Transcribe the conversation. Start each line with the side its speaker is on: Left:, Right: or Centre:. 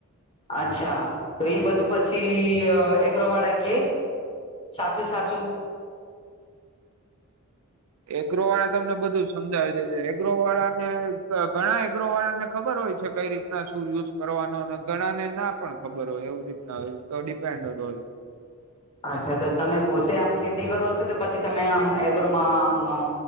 Left: અચ્છા તો એ બધું પછી એગ્રોવાળા કે સાચે સાચું
Right: એગ્રો વાળા તમને બધું જ સમજાવે છે એગ્રો વાળા ને ઘણા એગ્રો વાળા ને ખબર હોય છે કઈ રીતના શું યુઝ કરવાનો અને ઘણા ને ના પણ ખબર હોય એવું રીતના હોય તો ડિપેન્ડન્ટ હોય.
Left: અચ્છા તો તમે પોતે આમ ખેતી કરો છો કે તો પછી તમે આમ એગ્રોમાં આમ અ